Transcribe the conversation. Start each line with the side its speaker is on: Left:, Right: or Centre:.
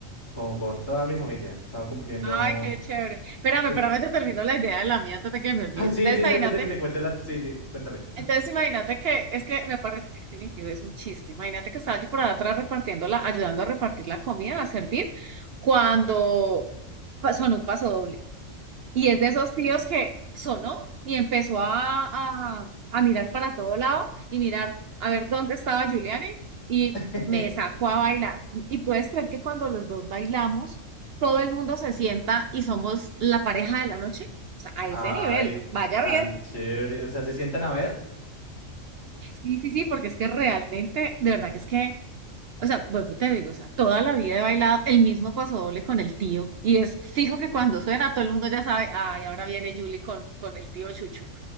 Left: como con toda mi familia. Estaba cumpliendo...
Right: Ay, qué chévere. Espérame,
Left: es-
Right: espérame, te termino la idea de la mía antes de que me olvide.
Left: Ay, sí,
Right: Entonces,
Left: sí,
Right: imagínate
Left: sí, antes de que te cuente la... Sí, sí, cuéntame.
Right: Entonces imagínate que, es que me parece, es que mi tío es un chiste, imagínate que estaba yo por allá atrás repartiendo la, ayudando a repartir la comida, a servir, cuando pa- sonó un paso doble. Y es de esos tíos que sonó y empezó a, a, a mirar para todo lado y mirar a ver dónde estaba Giuliani y
Left: <laughs>
Right: me sacó
Left: <laughs>
Right: a bailar. Y puedes creer que cuando los dos bailamos, todo el mundo se sienta y somos la pareja de la noche, o sea, a ese
Left: Ay,
Right: nivel, vaya
Left: tan
Right: bien.
Left: chévere. O sea, se sientan a ver
Right: Sí, sí, sí, porque es que realmente, de verdad que es que, o sea, vuelvo y te digo, o sea, toda la vida he bailado el mismo paso doble con el tío, y es fijo que cuando suena todo el mundo ya sabe, ay, ahora viene Julie con, con el tío Chucho.